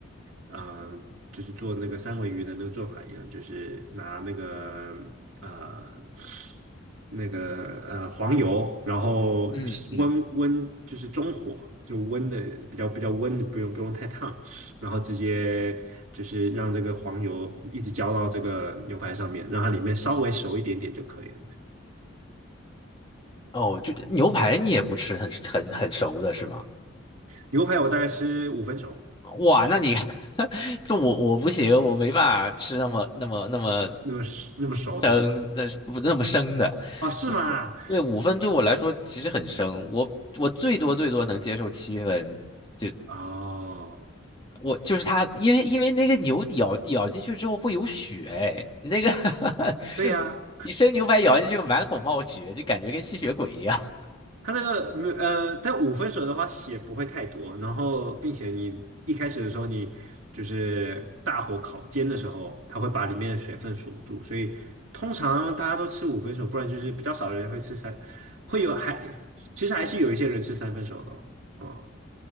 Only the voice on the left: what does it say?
嗯嗯，
哦，就牛排你也不吃很很很熟的是吗？
哇，那你 <laughs> 这我我不行，我没办法吃那么那么那么
生，那是不那么生的五，
对五分对我来说其实很生，我我最多最多能接受七分，就
我就是它，因为因为那个牛咬咬进去之后会有血，哎，那个 <laughs>
你生牛排咬进去满口冒血，就感觉跟吸血鬼一样，